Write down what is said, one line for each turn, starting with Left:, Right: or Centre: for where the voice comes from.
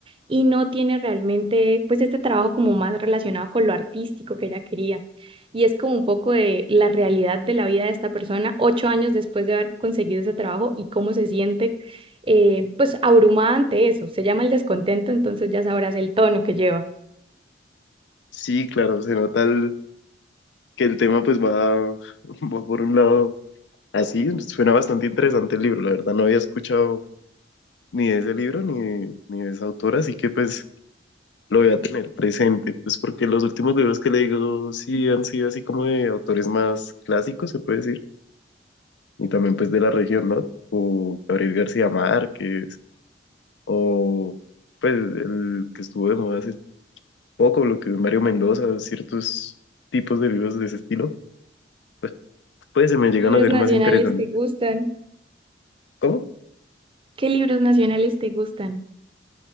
Right: y no tiene realmente pues este trabajo como más relacionado con lo artístico que ella quería. Y es como un poco de la realidad de la vida de esta persona ocho años después de haber conseguido ese trabajo y cómo se siente eh, pues abrumada ante eso. Se llama el descontento, entonces ya sabrás el tono que lleva.
Left: Sí, claro, se nota el- que el tema pues va, <laughs> va por un lado así, suena bastante interesante el libro, la verdad no había escuchado ni de ese libro ni, ni de esa autora, así que pues lo voy a tener presente, pues porque los últimos libros que he leído sí han sido así como de autores más clásicos, se puede decir, y también pues de la región, ¿no? O Gabriel García Márquez, o pues el que estuvo de moda hace poco, lo que es Mario Mendoza, ciertos tipos de libros de ese estilo, pues, pues se me llegan
Right: ¿Libros
Left: a ser
Right: nacionales
Left: más interesantes.
Right: te gustan?
Left: ¿Cómo?
Right: ¿Qué libros nacionales te gustan?